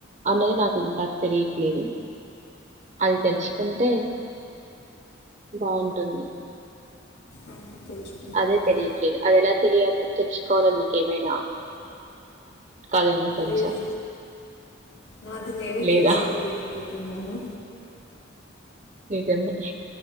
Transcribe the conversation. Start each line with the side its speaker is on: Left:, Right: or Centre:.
Right: అనేది నాకు ఇంకా తెలిట్లేదు అది తెలుసుకుంటే బాగుంటుంది
Left: ఆ, తెలుసుకుంటాం
Right: అదే
Left: మనం
Right: తెలియట్లేదు అదెలా తెలియాలి తెలుసుకోవాలో మీకేమేనా అదేమైనా తెలుసా
Left: లేదు నాది నేనే
Right: లేదా
Left: తెలుసుకోలేకపోతున్నాను
Right: ఏంటండి